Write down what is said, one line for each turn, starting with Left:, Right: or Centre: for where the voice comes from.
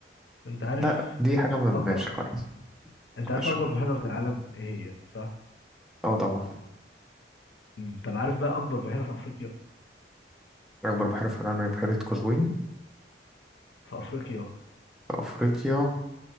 Left: انت عارف
Centre: لا دي حاجة
Left: أكب-
Centre: م-
Left: اكبر
Centre: ماشي خلاص
Left: انت عارف
Centre: مش
Left: اكبر
Centre: خلاص
Left: بحيرة في العالم ايه هي صح
Centre: اه طبعا
Left: مم. طب عارف بقى اكبر بحيرة في افريقيا
Centre: أكبر بحيرة في العالم هي بحيرة قزوين
Left: في افريقيا
Centre: في أفريقيا